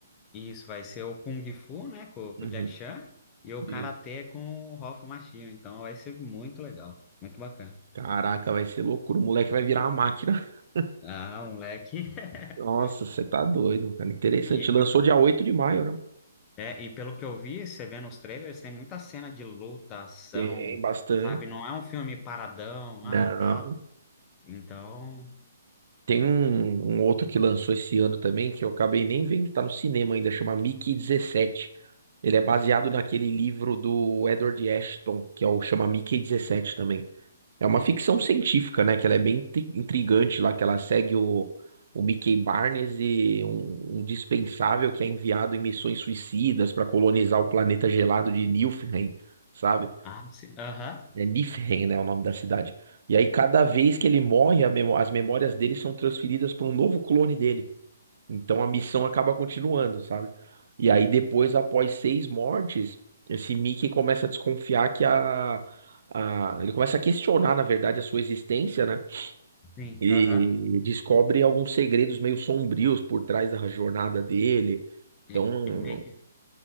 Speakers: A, on the left; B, on the right.
A: Isso vai ser o Kung Fu, né, com,
B: Uhum.
A: com o Jack Chan, e o Karatê
B: E,
A: com o Ralph Machinho. Então vai ser muito legal, muito bacana.
B: caraca, vai ser loucura. O moleque vai virar uma máquina. <laughs>
A: Ah, moleque. <laughs>
B: Nossa, você tá doido, cara. Interessante.
A: E,
B: Lançou
A: e-
B: dia 8 de maio, né?
A: é, e pelo que eu vi, você vê nos trailers, tem muita cena de luta, ação,
B: Tem bastante.
A: sabe? Não é um filme paradão,
B: Não.
A: ah, tá. Então,
B: Tem um, um outro que lançou esse ano também, que eu acabei nem vendo, tá no cinema ainda, chama Mickey dezessete Ele é baseado naquele livro do Edward Ashton, que é o chama Mickey dezessete também. É uma ficção científica, né? Que ela é bem intri- intrigante lá, que ela segue o, o Mickey Barnes e um, um dispensável que é enviado em missões suicidas para colonizar o planeta gelado de Niflheim, sabe?
A: ah, sim, aham,
B: É Niflheim, né, é o nome da cidade. E aí, cada vez que ele morre, a memó- as memórias dele são transferidas para um novo clone dele. Então, a missão acaba continuando, sabe? E aí, depois, após seis mortes, esse Mickey começa a desconfiar que a, a... Ele começa a questionar, na verdade, a sua existência, né?
A: sim,
B: E
A: aham.
B: descobre alguns segredos meio sombrios por trás da jornada dele.
A: E-
B: Então,
A: Ele meio que,